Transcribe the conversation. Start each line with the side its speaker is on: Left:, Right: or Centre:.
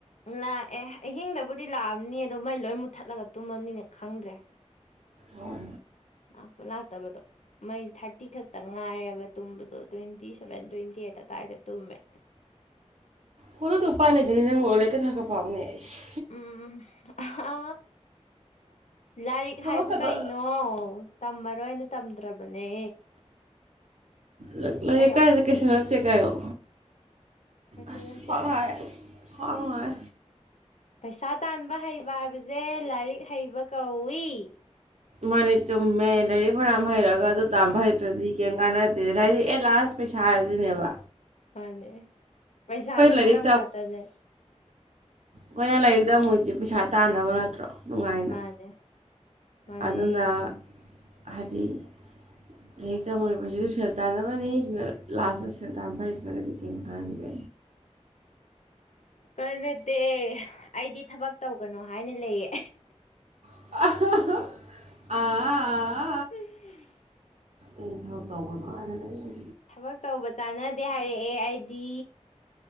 Left: ꯂꯥꯛꯑꯦ ꯑꯍꯤꯡꯗꯕꯨꯗꯤ ꯂꯥꯛꯑꯝꯅꯤ ꯑꯗꯣ ꯃꯩ ꯂꯣꯏ ꯃꯨꯠꯊꯠꯂꯒ ꯇꯨꯝꯃꯝꯅꯤꯅꯦ ꯈꯪꯗ꯭ꯔꯦ
Right: ꯍꯣꯏ
Left: ꯂꯥꯛꯄ ꯂꯥꯛꯇꯕꯗꯣ ꯃꯩ ꯊꯥꯔꯇꯤ ꯈꯛꯇ ꯉꯥꯏꯔꯦꯕ ꯇꯨꯝꯕꯗꯣ ꯇ꯭ꯋꯦꯟꯇꯤ ꯁꯚꯦꯟ ꯇ꯭ꯋꯦꯟꯇꯤ ꯑꯩꯠ ꯑꯗꯥꯏꯗ ꯇꯨꯝꯃꯦ
Right: ꯐ‌ꯣꯟꯗꯣ ꯗꯨꯝ ꯄꯥꯏ ꯂꯩꯗꯨꯏꯅꯤꯟ ꯅꯪ ꯂꯩꯔꯤꯛꯀ ꯈꯔ ꯈꯔ ꯄꯥꯎꯅꯦ ꯑꯩꯁ
Left: ꯎꯝ ꯑꯥꯍ ꯂꯥꯏꯔꯤꯛ
Right: ꯊꯕꯛꯀꯗꯣ
Left: ꯍꯥꯏꯕꯨ ꯀꯩꯅꯣ ꯇꯝꯃꯔꯣꯏꯅ ꯇꯝꯗ꯭ꯔꯕꯅꯦ
Right: ꯂꯩ ꯂꯩꯔꯤꯛ
Left: ꯑꯩ
Right: ꯀꯥꯏꯗꯤ ꯀꯩꯁꯨ ꯅꯠꯇꯦ ꯀꯩꯅ‌ꯣ
Left: ꯀꯩꯁꯨ
Right: ꯑꯁ
Left: ꯅꯠꯇꯦ
Right: ꯈ꯭ꯋꯥꯡ ꯅꯥꯏ ꯈ꯭ꯋꯥꯡ <unintelligible> ꯉꯥꯏ
Left: ꯄꯩꯁꯥ ꯇꯥꯟꯕ ꯍꯩꯕ ꯍꯥꯏꯕꯖ‌ꯦ ꯂꯥꯏꯔꯤꯛ ꯍꯩꯕ ꯀꯧꯏ
Right: ꯃꯥꯅꯦ ꯆꯨꯝꯃꯦ ꯂꯥꯏꯔꯤꯛ ꯐꯅꯌꯥꯝ ꯍꯩꯔꯒ ꯑꯗꯨ ꯇꯥꯝꯕ ꯍꯩꯇ꯭ꯔꯗꯤ ꯀ‌ꯦꯝ ꯀꯥꯟꯅꯗꯦꯗꯟ ꯍꯥꯏꯗꯤ ꯑꯦꯠ ꯂꯥꯁ ꯄꯩꯁꯥ ꯍꯥꯏꯁꯤꯅꯦꯕ
Left: ꯃꯥꯅ‌ꯦ ꯄꯩꯁꯥꯒꯤ
Right: ꯂꯥꯏꯔꯤꯛ
Left: ꯃꯔꯝ ꯉꯥꯛꯇꯅꯦ
Right: ꯈꯣꯏꯅ ꯂꯥꯏꯔꯤꯛ ꯇꯝꯃꯨꯏꯆ‌ꯦ ꯄꯩꯁꯥ ꯇꯥꯟꯅꯕ ꯅꯠꯇ꯭ꯔꯣ ꯅꯨꯡꯉꯥꯏꯅ
Left: ꯃꯥꯅꯦ ꯃꯥꯅꯦ
Right: ꯑꯗꯨꯅ ꯍꯥꯏꯗꯤ ꯍ ꯂꯥꯏꯔꯤꯛ ꯇꯝꯃꯨꯔꯤꯕꯁꯤꯁꯨ ꯁꯦꯜ ꯇꯥꯟꯅꯕꯅꯤꯁꯤꯅ ꯂꯥꯁꯇ ꯁꯦꯜ ꯇꯥꯟꯕ ꯍꯩꯇ꯭ꯔꯒꯗꯤ ꯀꯔꯤꯝ ꯀꯥꯟꯗꯦ
Left: ꯀꯩꯝ ꯅꯠꯇꯦ ꯑꯩꯗꯤ ꯊꯕꯛ ꯇꯧꯒꯅꯨ ꯍꯥꯏꯅ ꯂꯩꯌꯦ
Right: <unintelligible>
Left: ꯎꯝ
Right: ꯑꯩ ꯊꯕꯛ ꯇꯧꯕꯗ ꯍꯥꯏꯗꯅ ꯑꯩ
Left: ꯊꯕꯛ ꯇꯧꯕ ꯆꯥꯟꯅꯗꯦ ꯍꯥꯏꯔꯛꯑꯦ ꯑꯩꯗꯤ